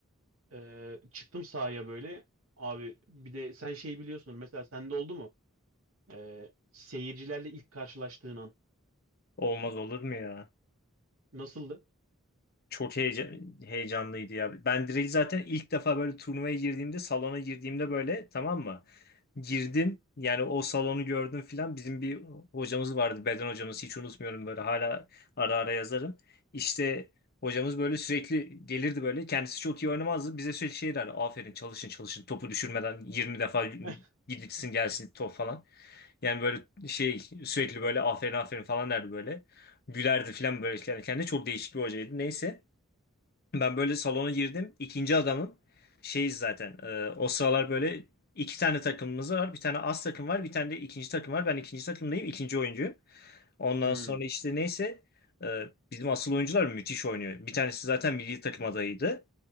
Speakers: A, on the right; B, on the left.
A: e, çıktım sahaya böyle. Abi bir de sen şey biliyorsunuz. Mesela sende oldu mu? E, seyircilerle ilk karşılaştığın an
B: Olmaz olur mu ya?
A: nasıldı?
B: Çok heyecan, heyecanlıydı ya. Ben direkt zaten ilk defa böyle turnuvaya girdiğimde, salona girdiğimde böyle tamam mı? Girdim yani o salonu gördüm filan. Bizim bir hocamız vardı beden hocamız hiç unutmuyorum böyle hala ara ara yazarım. İşte hocamız böyle sürekli gelirdi böyle kendisi çok iyi oynamazdı. Bize sürekli şey derdi aferin çalışın çalışın topu düşürmeden 20 defa
A: <laughs>
B: gidilsin gelsin top falan. Yani böyle şey sürekli böyle aferin aferin falan derdi böyle. Gülerdi filan böyle yani kendi çok değişik bir hocaydı neyse. Ben böyle salona girdim. İkinci adamım. Şeyiz zaten. e, o sıralar böyle iki tane takımımız var. Bir tane as takım var. Bir tane de ikinci takım var. Ben ikinci takımdayım. ikinci oyuncuyum. Ondan
A: Hmm,
B: sonra işte neyse e, bizim asıl oyuncular müthiş oynuyor. Bir tanesi zaten milli takım adayıydı.